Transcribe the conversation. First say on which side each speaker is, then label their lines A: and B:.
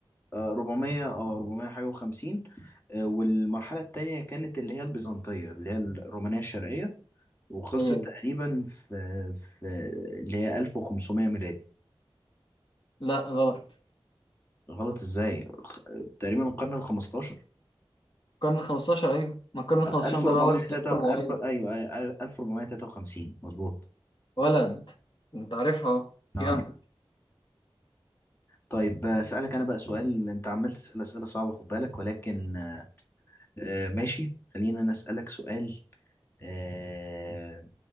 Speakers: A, on the left; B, on the left.
A: آه، 400 اه 400 حاجة و50 والمرحلة التانية كانت اللي هي البيزنطية اللي هي الرومانية الشرقية وخلصت
B: هي
A: تقريبا
B: دي
A: في في اللي هي 1500 ميلادي
B: لا غلط
A: غلط ازاي الخ- تقريبا القرن ال 15
B: القرن ال 15 ايوه ما القرن ال 15
A: 1403
B: ده اللي هو اللي فات 400
A: 1000 ايوه آه، 1453 مظبوط
B: ولد انت عارفها اهو
A: اه
B: جامد
A: طيب آه، اسالك انا بقى سؤال انت عمال تسال اسئله صعبه خد بالك ولكن آه، آه، ماشي خلينا انا اسالك سؤال آه،